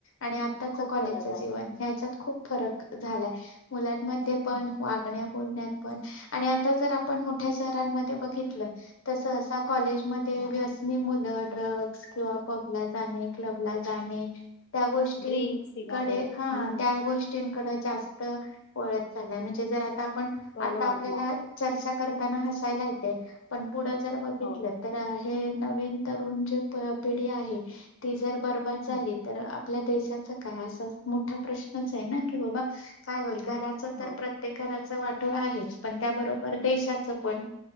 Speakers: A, on the left; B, on the left.
A: आणि आताच
B: खूप
A: कॉलेजच
B: फरक
A: जीवन ह्याच्यात खूप फरक झालाय. मुलांमध्ये
B: आहे.
A: पण वागण्या बोलण्यात पण आणि आता जर आप ण मोठ्या शहरांमध्ये बघितलं तर सहसा कॉलेज मध्ये
B: हा
A: व्यसनी मुलं ड्रॅग्स किंवा पब ला जाणे. क्लब ला जाणे. त्या गोष्टींकडे
B: ड्रिंक सिगारेट
A: हा
B: हम्म
A: त्या गोष्टींकड जास् त वळत चाललाय म्हणजे जरा पण
B: कल
A: आता
B: वाढला
A: आपल्याला चर्चा करताना हसायला येतय पण पुढ जर बघितलं
B: हो
A: तर हे नवीन तरुण जे प पिढी आहे ती जर बर्बाद
B: हम्म
A: झाली तर आप पल्या देशाचा काय असा मोठा प्रश्नच आहे ना? की बाबा काय होईल? घराच तर
B: हो
A: प्रत्येक घराच वाठोळ आहेच पण त्याबरोबर देशाच पण